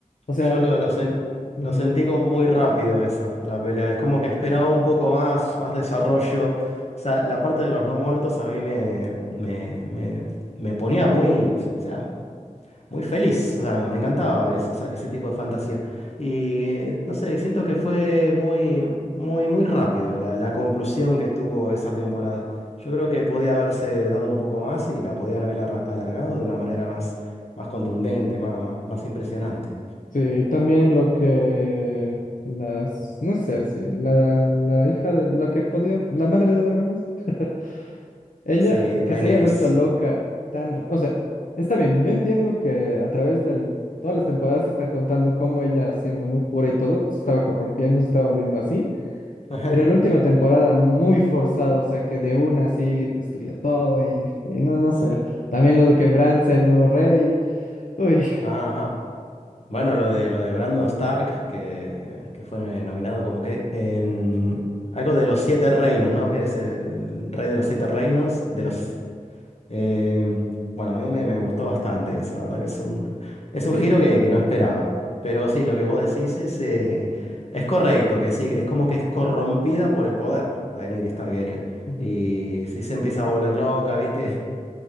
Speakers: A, on the left; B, on the left.
A: O sea,
B: Yo lo,
A: <laughs>
B: lo sen-
A: digo,
B: lo sentí como muy rápido eso, la pelea. Es como que esperaba un poco más, más desarrollo. O sea, la parte de los no muertos a mí me, me, me, me ponía muy... o sea, muy feliz. O sea, me, me encantaba ver ese, esa- ese tipo de fantasía. Y eh, no sé, siento que fue muy, muy, muy rápido la, la conclusión que tuvo esa temporada. Yo creo que podía haberse dado un poco más y la podían haber arra- alargado de una manera más, más contundente, más, más, más impresionante.
A: sí, también lo que las, no es Cersei, la, la hija de, la que podía, la madre de dragones. <laughs> Ella
B: Sí, Daenerys.
A: que se haya vuelto loca tan, r- o sea, está bien, yo entiendo que a través de todas las temporadas se está contando cómo ella, siendo muy pura y todo, se estaba corrompiendo, se estaba volviendo así,
B: <laughs>
A: pero en la última temporada muy forzado, o sea, que de una así destruyó todo y, y no, no sé, también lo de que Bran sea el nuevo rey, uy,
B: Ajá. Bueno, lo de lo de Brandon Stark, que, que fue nominado como que en algo de los siete reinos, ¿no? Que es el rey de los siete reinos,
A: <laughs>
B: de
A: ujú,
B: los Eh, bueno, a mí me, me gustó bastante eso, la verdad que es un, es
A: sí,
B: un giro que, que no esperaba. Pero sí, lo que vos decís es, eh, es correcto, que sí, es como que es corrompida por el poder Daenerys Targaryen.
A: ujú.
B: Y sí se empieza a volver loca, ¿viste? <laughs>